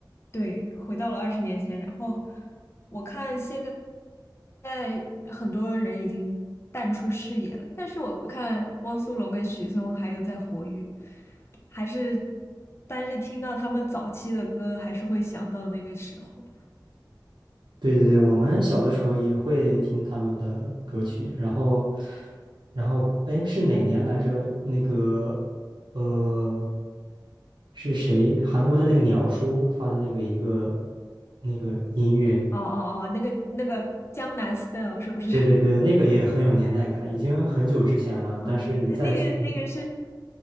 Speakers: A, on the left (about 35°); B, on the right (about 80°).
A: 对，回到了二十年前。然后我看现在，在很多人已经淡出视野了，但是我看汪苏泷跟许嵩还有在活跃，还是，但是听到他们早期的歌，还是会想到那个时候。
B: 对对对，我们小的时候也会听他们的歌曲，然后，然后，哎，是哪年来着？那个，呃，是谁？韩国的那个鸟叔发的那个一个那个音乐，
A: 哦哦哦，那个那个江南 style 是不是？
B: 对对对，
A: <laughs>
B: 那个也很有年代感，已经很久之前了，
A: 哦，
B: 但是你在，
A: 那个那个是。
B: 嗯